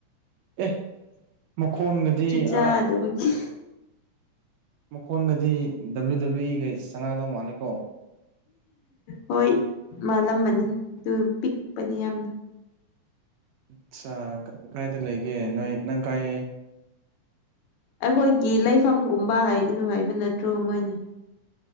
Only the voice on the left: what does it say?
ꯆꯥꯗꯕꯒꯤ
ꯍꯣꯏ ꯃꯥꯜꯂꯝꯃꯅꯤ ꯑꯗꯨ ꯄꯤꯛꯄꯅꯤ ꯌꯥꯝꯅ
ꯑꯩꯈꯣꯏꯒꯤ ꯂꯩꯐꯝꯒꯨꯝꯕ ꯍꯥꯏꯒꯅꯨ ꯍꯥꯏꯕ ꯅꯠꯇ꯭ꯔꯣ ꯃꯣꯏꯅ